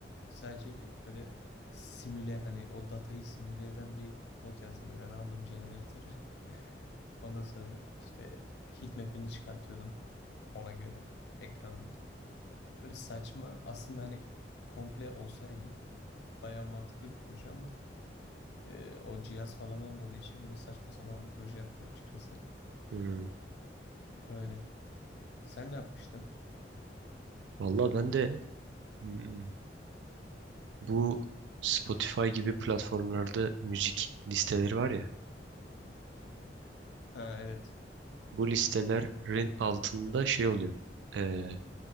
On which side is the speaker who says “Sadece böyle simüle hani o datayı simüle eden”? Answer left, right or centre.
Left